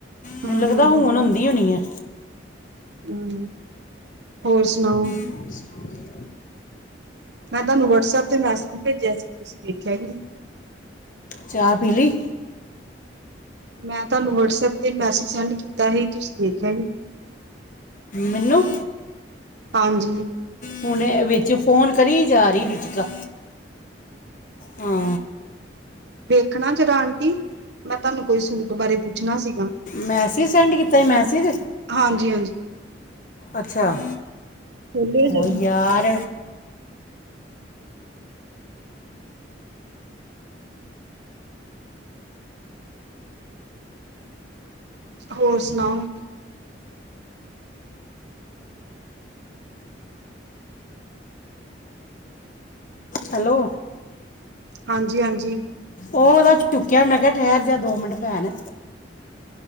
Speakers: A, on the left; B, on the right.
A: ਮੈਨੂੰ
B: ਹਮ
A: ਲੱਗਦਾ
B: ਹਮ
A: ਹੁਣ ਆਦੀ ਹੋਣੀ ਐ।
B: ਹੂੰ ਹੋਰ ਸੁਣਾਓ
A: ਹੋਰ ਸੁਣਾਓ
B: ਮੈਂ ਤਾਨੂੰ ਵਟਸਐਪ ਤੇ ਮੈਸੇਜ ਭੇਜਿਆ ਸੀ ਤੁਸੀਂ ਵੇਖਿਆ ਵੀ ਨੀ
A: ਚਾਅ ਪੀ ਲੀ?
B: ਮੈਂ ਤਾਨੂੰ ਵਟਸਐਪ ਤੇ ਮੈਸਜ ਸੈਂਡ ਕੀਤਾ ਸੀ ਤੁਸੀਂ ਵੇਖਿਆ ਈ ਨੀ
A: ਮੈਨੂੰ
B: ਹਾਂਜੀ
A: ਹੁਣ ਐ ਵਿੱਚ ਫੋਨ ਕਰੀ ਜਾ ਰੀ ਰੁਚਿਕਾ ਹਾਂ
B: ਵੇਖਣਾ ਜਰਾ ਆਂਟੀ ਮੈਂ ਤਾਨੂੰ ਕੋਈ ਸੂਟ ਬਾਰੇ ਪੁੱਛਣਾ ਸੀ।
A: ਮੈਸੀਜ ਸੈਂਡ ਕੀਤਾ ਸੀ ਮੈਸੀਜ
B: ਹਾਂਜੀ ਹਾਂਜੀ
A: ਅੱਛਾ
B: ਖੋਲਿਓ ਜਰਾ
A: ਓ ਯਾਰ
B: ਹੋਰ ਸੁਣਾਓ
A: ਹੈਲੋ
B: ਹਾਂਜੀ ਹਾਂਜੀ
A: ਓਦਾ ਚੁੱਕਿਆ ਮੈਂ ਕਿਆ ਠੈਰ ਜਾ ਦੋ ਮਿੰਟ ਭੈਣ